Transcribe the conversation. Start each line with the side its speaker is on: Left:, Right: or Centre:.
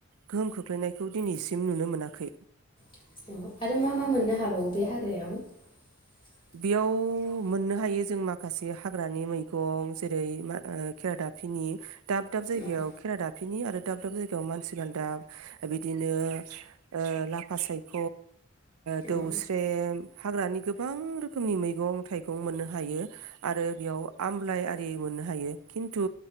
Right: गोहोम खोख्लैनायखौ दिनैसिम नुनो मोनाखै
Left: <inaudible> <inaudible>
Right: बेयाव मोननो हायो जों माखासे हाग्रानि मैगं जेरै मा केेरादाफिनि दाब दाब जायगायाव
Left: उम
Right: खेरा दाफिनि आरो दाब दाब जायगायाव माथि गालदाब बिदिनो ओ लाफा सायख दौस्रेम
Left: उम
Right: हाग्रानि गोबां रोखोमनि मैगं थाइगं मोननो हायो आरो बेयाव आमलाइ आरि मोननो हायो खिन्थु